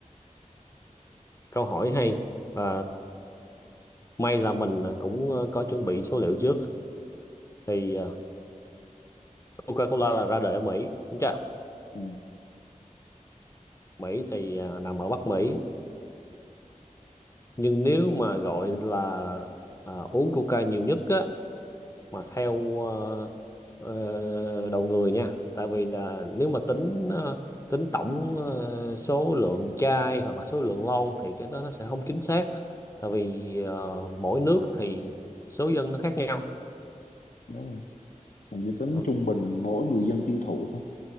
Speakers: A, on the left; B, on the left.
A: câu hỏi hay và may là mình ờ, cũng ờ, có chuẩn bị số liệu trước thì ờ, Coca-Cola là ra đời ở Mỹ đúng chưa
B: ừ.
A: Mỹ thì ờ, nằm ở Bắc Mỹ nhưng nếu mà gọi là ờ, uống Coca nhiều nhất á mà theo ờ, ờ, đầu người nha tại vì là nếu mà tính ờ, tính tổng ờ, số lượng chai hoặc là số lượng lon thì cái đó nó sẽ không chính xác tại vì ờ, mỗi nước thì số dân nó khác nhau
B: đúng rồi. mình chỉ tính
A: Ờ,
B: trung bình mỗi người dân tiêu thụ thôi